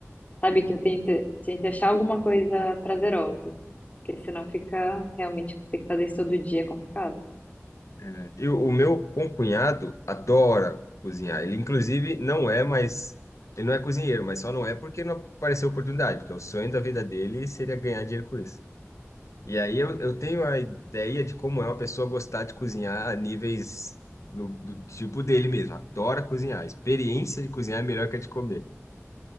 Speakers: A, on the left; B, on the left.
A: Sabe, que eu tento, tento achar alguma coisa prazerosa. Porque senão fica realmente ter que fazer isso todo dia é complicado.
B: É. E o, o meu concunhado adora cozinhar. Ele, inclusive, não é mais. Ele não é cozinheiro, mas só não é porque não apareceu oportunidade, porque o sonho da vida dele seria ganhar dinheiro com isso. E aí eu, eu tenho a ideia de como é uma pessoa gostar de cozinhar a níveis no, do tipo dele mesmo. Adora cozinhar. A experiência de cozinhar é melhor que a de comer.